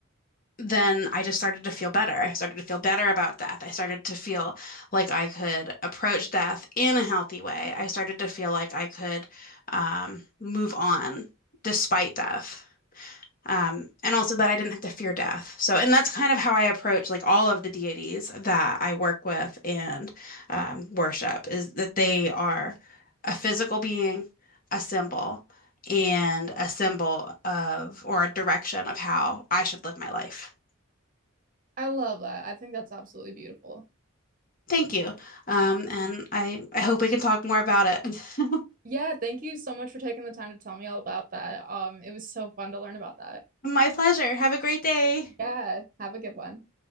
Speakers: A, on the left; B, on the right.
A: then I just started to feel better. I started to feel better about death. I started to feel like I could approach death in a healthy way. I started to feel like I could um, move on despite death. Um, and also that I didn't have to fear death. So, and that's kind of how I approach like all of the deities that I work with and um, worship is that they are a physical being, a symbol, and a symbol of or a direction of how I should live my life.
B: I love that. I think that's absolutely beautiful.
A: Thank you. Um, and I, I hope we can talk more about it. <laughs>
B: Yeah, thank you so much for taking the time to tell me all about that. Um, it was so fun to learn about that.
A: My pleasure. Have a great day.
B: Yeah, have a good one.